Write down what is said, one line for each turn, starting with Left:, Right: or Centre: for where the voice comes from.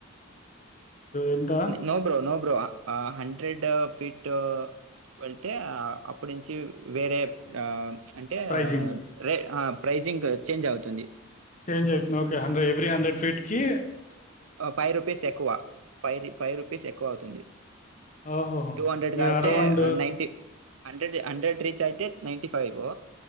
Left: ఎంత
Right: no bro no bro hundred feet వెళ్తే ఆ అప్పటి నుంచి వేరే ఆ అంటే
Left: ప్రైజింగ్
Right: రే ఆ ప్రైజింగ్ చేంజ్ అవుతుంది
Left: చేంజవుతున్నవ్ ఓకే హండ్రె ఎవీ హండ్రెడ్ ఫీట్ కీ
Right: ఫైవ్ రూపీస్ ఎక్కువ ఫైవ్ రు ఫైవ్ రూపీస్ ఎక్కువ అవుతుంది
Left: ఓహోహో
Right: టూ హండ్రెడ్
Left: మీరు
Right: గా అయితే
Left: around
Right: ninety hundred hundred reach అయితే నైన్టీ ఫైవూ